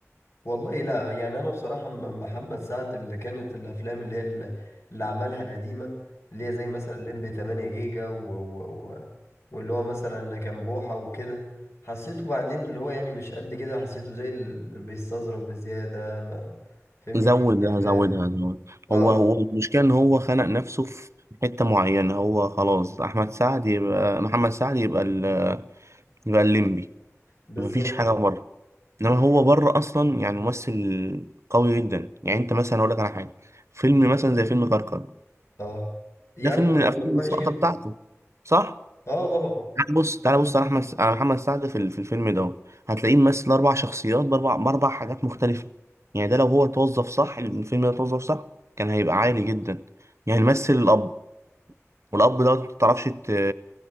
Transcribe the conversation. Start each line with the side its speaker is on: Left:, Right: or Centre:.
Left: والله لا يعني انا بصراحة م- محمد سعد اللي كانت الافلام اللي هي اللي, اللي عملها القديمة اللي هي زي مثلا الليمبي 8 جيجا و... و... و... واللي هو مثلا كان بوحة وكده حسيته بعدين اللي هو يعني مش قد كده حسيته زي اللي بيستظرف بزيادة ما فهمني
Right: زودها
Left: في استهبال
Right: هزودها زود
Left: اه
Right: هو هو المشكلة إن هو خنق نفسه في حتة معينة هو خلاص أحمد سعد يبقى محمد سعد يبقى ال... يبقى الليمبي
Left: بالظبط
Right: مفيش حاجه بره انما هو بره اصلا يعني ممثل قوي جدا يعني انت مثلا اقول لك على حاجه فيلم مثلا زي فيلم كركر
Left: اه يا
Right: ده فيلم
Left: نهار
Right: من الافلام
Left: ابيض وحش
Right: السقطه
Left: جدا
Right: بتاعته صح
Left: اه طبعا
Right: تعال بص تعال بص على احمد على محمد سعد في ال- في الفيلم ده هتلاقيه ممثل اربع شخصيات باربع باربع حاجات مختلفه يعني ده لو هو توظف صح الفيلم ده توظف صح كان هيبقى عالي جدا يعني مثل الاب والأب ده متعرفش ت...